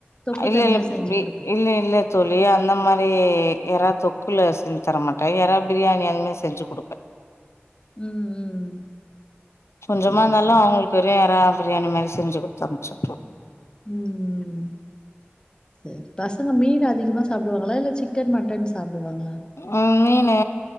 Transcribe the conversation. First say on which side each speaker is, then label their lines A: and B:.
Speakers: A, on the left (about 20°); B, on the left (about 85°).
A: தொக்கு
B: இல்ல
A: தனியா
B: இல்ல
A: செஞ்சு
B: இ
A: குடுப்பிங்
B: இல்ல இல்ல தோழி அந்த மாரி எறா தொக்குல செஞ்சு தரமாட்ட எறா பிரியாணி அந்த மாரி செஞ்சு குடுப்ப
A: ம் ம்
B: கொஞ்சமா
A: சரி
B: இந்தாலு
A: சரி
B: அவுங்களுக்கு வெறு எறா பிரியாணி மாரி செஞ்சு குடுத்து அனுப்ச்சு உட்ருவ
A: ம் சரி பசங்க மீன் அதிகமா சாப்புடுவாங்களா இல்ல சிக் சிக்கன் மட்டன் சாப்டுவாங்களா
B: ம் மீனு